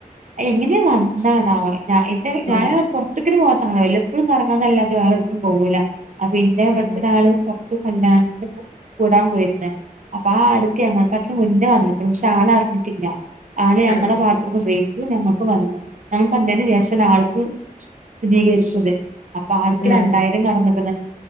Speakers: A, on the right; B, on the left.
A: എങ്ങനെ വന്ന ന്നാവ എന്റെ ഞാന്
B: ഉം
A: പൊർത്ത്ക്കെ ന്നെ പോവാ ആയല്ലൊ പ്പഴും ഒറങ്ങാന്നല്ലാതെ വേറെടുക്കും പോവൂല്ല. അ പിന്നെവിട്ത്തൊരാള്
B: ഉം
A: കല്യാണത്ത് കൂടാൻ പോയിര്ന്ന് അപ്പ ആഹ് അടുക്കെ <unintelligible> മുന്നെ വറ്ണ്ക്ക്ണ് പക്ഷാളാറ്ഞ്ഞിട്ടില്ല ആള് ഞങ്ങളെ
B: ആഹ്
A: പാത്രൊക്കെ ഉപയി- ഞങ്ങക്ക് വന്നു. ഞക്ക് <unintelligible> ആൾ ഉം സ്ഥിതീകര്ച്ചത്. അപ്പൊ ആട്ക്ക്
B: ഉം
A: രണ്ടായിരം കടന്ന്-